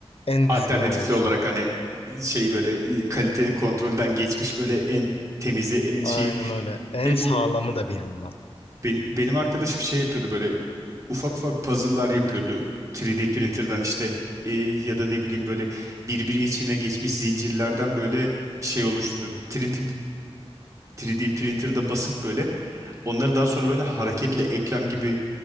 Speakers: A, on the left (about 60°); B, on the right (about 30°).
A: En
B: alternatifli
A: düzgünü olsun.
B: olarak hani şey böyle e, kalite kontrolden geçmiş böyle en temizi en
A: Aynen
B: şey.
A: öyle. En
B: E
A: sağlamı
B: bu
A: da bir yandan.
B: Benim, benim arkadaşım şey yapıyordu böyle ufak ufak puzzle'lar yapıyordu 3D printer'dan işte e, ya da ne bileyim böyle birbiri içine geçmiş zincirlerden böyle şey oluşturuyordu. 3D, 3D printer'da basıp böyle onları daha sonra böyle hareketli eklem gibi